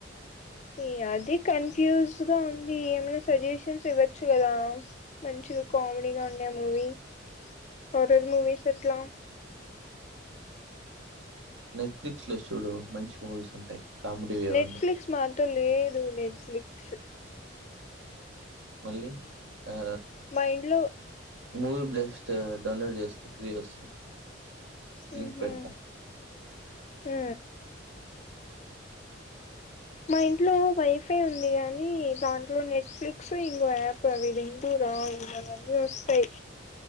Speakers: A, on the left; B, on the right.
A: ఈ అదే కన్ఫ్యూజ్ గా ఉంది ఏమైనా సజెషన్స్ ఇవ్వచ్చు కదా మంచి కామెడీగా ఉండే మూవీ హరర్ మూవీస్ అట్లా
B: నెట్ఫ్లిక్స్ లో చూడు మంచి మూవీస్ ఉంటాయి కామెడీవి ఏవన్నా
A: నెట్ఫ్లిక్స్ మా తో లేదు నెట్ఫ్లిక్స్
B: మళ్ళీ ఆ
A: మా ఇంట్లో
B: మూవీ బ్లస్ దే డౌన్లోడ్ చేసుకో ఫ్రీ వస్తుంది
A: ఉ
B: లింక్
A: హు
B: పెడతా
A: ఉ మా ఇంట్లో వైఫై ఉంది కాని దాంట్లో నెట్ఫ్లిక్స్ ఇంకో యాప్ అవి రెండు రావు అవన్నీ వస్తాయి